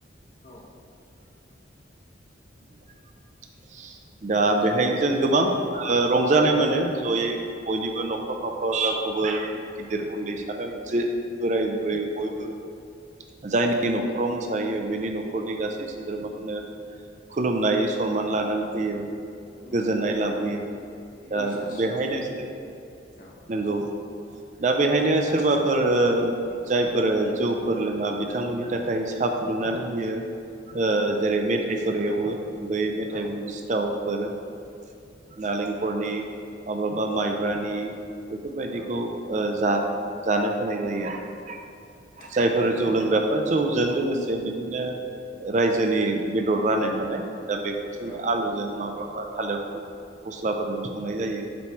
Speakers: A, on the left; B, on the right.
A: औ
B: <inaudible> <inaudible> दा बेहाय
A: थिगानो
B: जों गोबां ओ रंजानाय मोनो जयै बयनिबो न'खर न'खर रावखौबो गिदिर उन्दै सानालसे बोराय बुरै बयबो जायनि न'खराव मोसाहैयो बेनि न'खरनि गासै सोद्रोमाखौनो खुलुमो सनमान लानानै फैयो।
A: उम
B: गोजोननाय लाबोयो दा
A: बोर सारस्रिना
B: बेहायनोसो
A: फैयो औ
B: नंगौ। दा बेहायनो सोरबाफोर जायफोर जौफोर लोंङा बिथांमोननि थाखाय साहा फुदुंनानै होयो। ओ
A: औ
B: जेरै मेथाइफोर एवो। बै मेथाइ
A: औ
B: सिथाव <unintelligible> नालेंखरनि
A: औ
B: <unintelligible> बा माइब्रानि
A: औ
B: बेफोर बायदिखौ
A: औ
B: जा जानो होनाय जायो आरो।
A: औ
B: जायफोर जौ लोंग्राफ्रा जौजों लोगोसे बिदिनो रायजोनि बेदर रानो नालाय। दा बेफोरजोंनो
A: औ
B: आलुजों माब्ला थालिर फुल फस्लाफोरजों संनाय जायो।